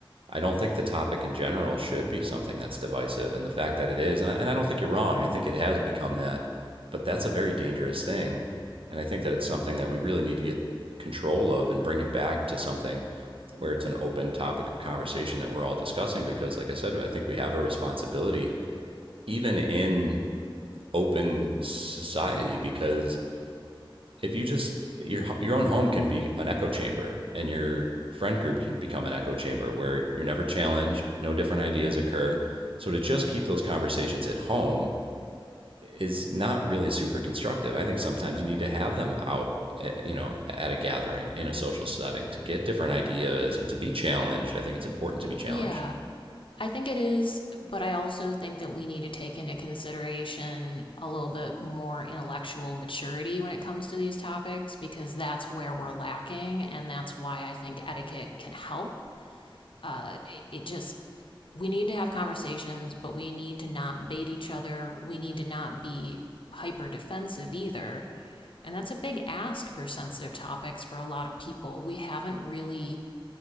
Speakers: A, on the right (about 80°); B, on the left (about 70°).
A: I don't think the topic in general should be something that's divisive, and the fact that it is, and I, and I don't think you're wrong. I think it has become that, but that's a very dangerous thing, and I think that it's something that we really need to get control of and bring it back to something where it's an open topic of conversation that we're all discussing because like i said i think we have a responsibility even in open society because if you just your your own home can be an echo chamber and your friend group can become an echo chamber where you're never challenged, no different ideas occur. So to just keep those conversations at home is not really super constructive. I think sometimes you need to have them out, eh, you know, at a gathering in a social setting to get different ideas and to be challenged. I think it's important to be challenged.
B: Yeah, I think it is, but I also think that we need to take into consideration a little bit more intellectual maturity when it comes to these topics because that's where we're lacking, and that's why I think etiquette can help. Uh, it, it just, we need to have conversations, but we need to not bait each other. We need to not be hyper defensive either. And that's a big ask for sensitive topics for a lot of people. We haven't really